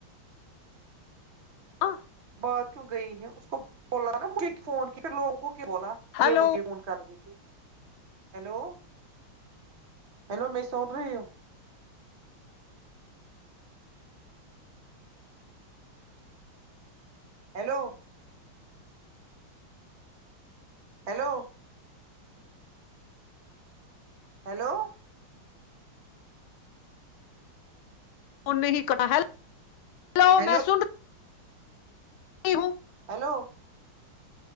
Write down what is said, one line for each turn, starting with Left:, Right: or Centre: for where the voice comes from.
Left: آ
Right: نے بات کیوں گئی ہے اس کو بولا تھا نا مجھے فون کیا پھر لوگوں کو کیا بولا
Left: ہیلو
Right: یہ مجھے فون کر رہی تھی ہیلو ہیلو میں سن رہی ہوں ہیلو ہیلو ہیلو
Left: فون کرالو ہیلو
Right: ہیلو
Left: میں سن رہا ج ہوو
Right: hello